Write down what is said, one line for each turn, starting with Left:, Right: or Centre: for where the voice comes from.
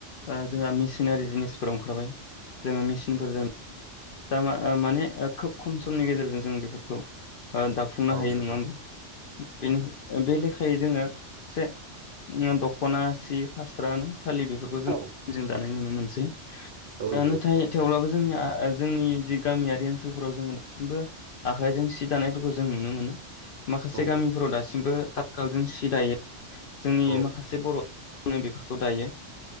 Left: ओ जोंहा मेसिनारि जिनिसफोराव ओंखारबाय जोङो मेसिनफोरजों दा मा माने खोब खम समनि गेजेरजों जों बेफोरखौ ओ दाफुंनो
Right: औ
Left: हायो
Right: नंगौ
Left: नङा होमबा बेनो बे लेखायै जोङो से उम दखना सि फास्रानो फालि बेफोरखौ जों
Right: औ
Left: जों दानो नाय नुनो मोनसै
Right: औ नंगौ
Left: दा नाथाय थेवब्लाबो जोंनिआ <unintelligible> जोंनि जि गामियारि ओनसोलफोराव जोङो दासिमबो आखायजों सि दानायफोरखौ जों नुनो मोनो। माखासे
Right: औ
Left: गामिफोराव दासिमबो थाथखालजों जि दायो। जोंनि
Right: औ
Left: माखासे बर' ङो बेफोरखौ दायो